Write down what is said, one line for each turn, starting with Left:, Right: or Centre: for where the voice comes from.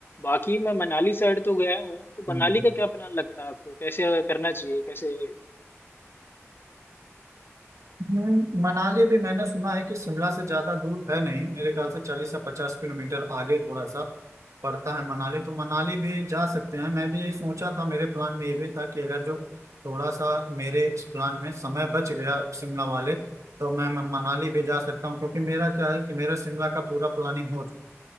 Left: बाकी मैं मनाली साइड तो गया हूँ तो
Right: हम्म।
Left: मनाली का क्या प्लान लगता है आपको कैसे करना चाहिए कैसे
Right: हम्म, मनाली भी मैंने सुना है कि शिमला से ज्यादा दूर है नहीं मेरे ख्याल से चालीस से पचास किलोमीटर आगे थोड़ा सा पड़ता है मनाली तो मनाली भी जा सकते हैं मैं भी यही सोचा था मेरे प्लान में ये भी था कि अगर जो थोड़ा सा मेरे इस प्लान में समय बच गया शिमला वाले तो मैं म- मनाली भी जा सकता हूँ क्योंकि मेरा क्या है कि मेरा शिमला का पूरा प्लानिंग हो चुका